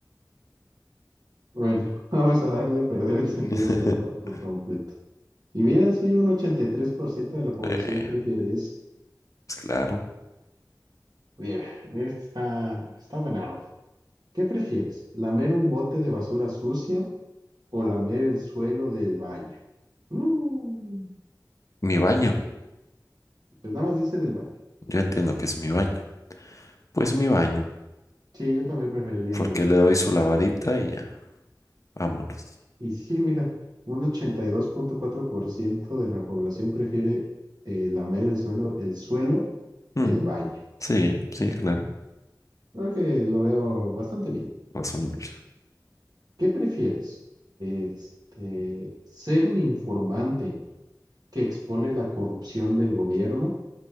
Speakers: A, on the right; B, on the left.
A: Bueno, <laughs> vamos a darle a perder el sentido
B: <laughs>
A: del olfato por completo. Y mira, sí, un 83% de la población
B: Eh,
A: prefiere ese.
B: pues claro,
A: Mira, este está, está buen harto. ¿Qué prefieres? ¿Lamer un bote de basura sucio o lamer el suelo del baño? Mm,
B: mi baño.
A: pues nada más dice del baño.
B: Yo entiendo que es mi baño. Pues mi baño,
A: Sí, yo también preferiría
B: porque
A: mi baño.
B: le doy su lavadita y ya, vámonos.
A: Y sí, mira, un ochenta y dos punto cuatro por ciento de la población prefiere eh, lamer el suelo, el suelo
B: Mm,
A: del baño.
B: sí, sí, claro,
A: Creo que lo veo bastante bien.
B: razonable.
A: ¿Qué prefieres? Este, ¿ser un informante que expone la corrupción del gobierno